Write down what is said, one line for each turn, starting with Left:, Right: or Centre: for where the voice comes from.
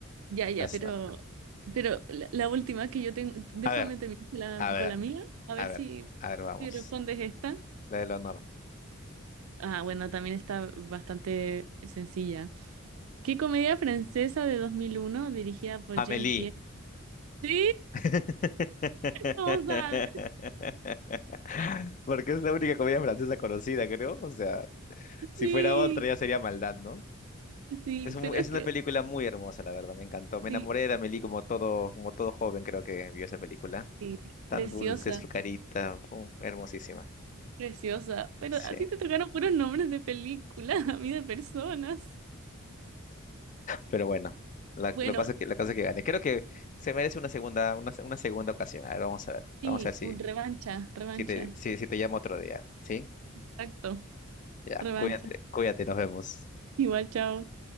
Right: Ya, ya,
Left: Las-
Right: pero, pero la, la última que yo tengo, déjame
Left: a ver,
Right: terminar con la,
Left: a ver,
Right: con la mía, a ver
Left: a ver,
Right: si,
Left: a ver, vamos.
Right: si respondes esta.
Left: La del honor.
Right: Ah, bueno, también está bastante sencilla. ¿Qué comedia francesa de 2001 dirigida por
Left: Amélie.
Right: Jean-Pierre? Sí,
Left: <laughs>
Right: <laughs> vamos a ver.
Left: Porque es la única comedia francesa conocida, creo. O sea, si
Right: Sí,
Left: fuera otra ya sería maldad, ¿no?
Right: sí,
Left: Es, un-
Right: pero
Left: es
Right: es que
Left: una película muy hermosa, la verdad, me encantó. Me
Right: sí,
Left: enamoré de Amélie como todo, como todo joven, creo que vio esa película.
Right: sí, pre-
Left: Tan
Right: preciosa.
Left: dulce su carita, fu, hermosísima.
Right: Preciosa. Pero
Left: Sí,
Right: a ti te tocaron puros nombres de películas, <laughs> a mí de personas.
Left: pero bueno, la,
Right: Bueno,
Left: la cosa que, la cosa que gane. Creo que se merece una segunda, una, se- una segunda ocasión. A ver, vamos a ver.
Right: sí,
Left: Vamos a ver si,
Right: un revancha, revancha.
Left: si te, si, si te llamo otro día. ¿Sí?
Right: Exacto,
Left: Ya,
Right: revancha.
Left: cuídate, cuídate, nos vemos.
Right: Igual, chao.